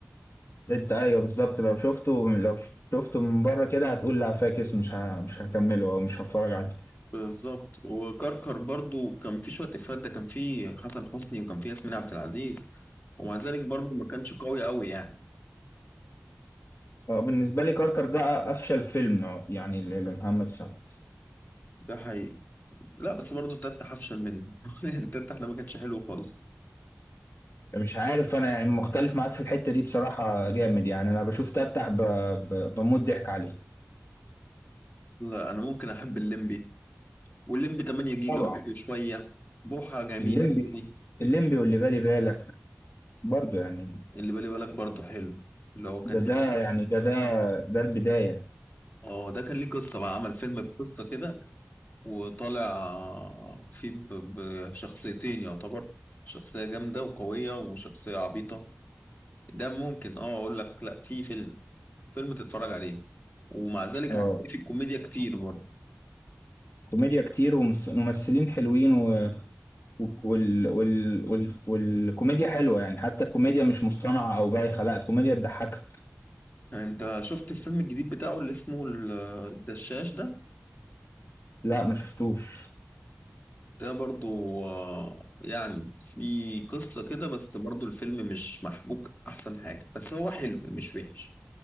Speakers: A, on the left; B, on the left.
A: انت ايوه بالظبط لو شفته لو شفته من بره كده هتقول لا فاكس مش ه... مش هكمله او مش هتفرج عليه
B: بالظبط وكركر برضو كان في شوية إفيهات ده كان في حسن حسني وكان في ياسمين عبد العزيز ومع ذلك برضو ما كانش قوي قوي يعني
A: آه، بالنسبة لي كركر ده افشل فيلم آه، يعني ل- لمحمد سعد
B: ده حقيقي لا بس برضه تتح افشل منه يعني <laughs> تتح ده ما كانش حلو خالص
A: مش عارف انا يعني مختلف معاك في الحتة دي بصراحة جامد يعني انا بشوف تفتح ب... ب... بموت ضحك عليه
B: لا انا ممكن احب الليمبي والليمبي 8 جيجا
A: طبعا
B: برضه شويه بوحه جميل
A: الليمبي
B: قوي.
A: الليمبي واللي بالي بالك برضه يعني
B: اللي بالي بالك برضه حلو اللي هو كان
A: ده ده
B: ليه
A: يعني ده ده ده البداية
B: اه ده كان ليه قصه بقى عمل فيلم بقصه كده وطالع فيه ب- بشخصيتين يعتبر شخصيه جامده وقويه وشخصيه عبيطه ده ممكن اه اقول لك لا في فيلم فيلم تتفرج عليه ومع ذلك
A: اه
B: هتلاقي فيه كوميديا كتير برضه
A: كوميديا كتير وممثلين حلوين و... وال... وال... وال... والكوميديا حلوة يعني حتى الكوميديا مش مصطنعة او بايخة لا الكوميديا بتضحكك
B: انت شفت الفيلم الجديد بتاعه اللي اسمه ال- الدشاش ده
A: لا ما شفتوش
B: ده برضو آه، يعني في قصة كده بس برضو الفيلم مش محبوك احسن حاجة بس هو حلو مش وحش